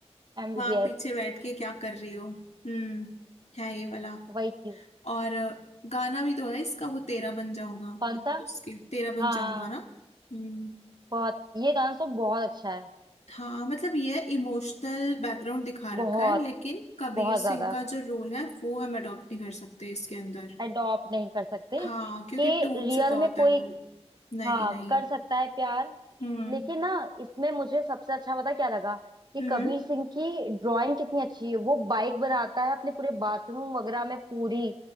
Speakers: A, on the right (about 40°); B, on the left (about 75°).
A: एमबीबीएस
B: वहाँ पीछे बैठ के क्या कर रही हो हम्म है ये वाला
A: वही चीज
B: और अ, गाना भी तो है इसका वो तेरा बन जाऊंगा
A: कौन सा
B: उसके तेरा बन
A: हाँ
B: जाऊंगा ना हम्म
A: बहुत ये गाना तो बहुत अच्छा है
B: हाँ मतलब ये इमोशनल बैकग्राउंड दिखा
A: बहुत
B: रखा है लेकिन कबीर
A: बहुत ज्यादा
B: सिंह का जो रोल है वो हम अडॉप्ट नहीं कर सकते इसके अंदर
A: अडॉप्ट नहीं कर सकते
B: हाँ क्योंकि
A: कि
B: टूट
A: रियल
B: चुका होता
A: में कोई
B: है वो नहीं
A: हाँ
B: नहीं
A: कर सकता है प्यार
B: हम्म
A: लेकिन ना इसमें मुझे सबसे अच्छा पता क्या लगा कि
B: हम्म
A: कबीर सिंह की ड्राइंग कितनी अच्छी है वो बाइक बनाता है अपने पूरे बाथरूम वगैरह में पूरी